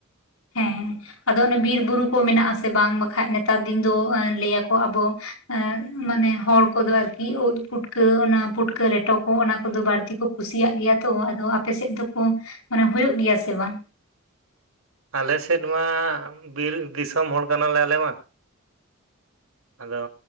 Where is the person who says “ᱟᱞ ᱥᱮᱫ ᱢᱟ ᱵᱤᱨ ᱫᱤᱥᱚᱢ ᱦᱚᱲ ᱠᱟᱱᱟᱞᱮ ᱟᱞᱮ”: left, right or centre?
Right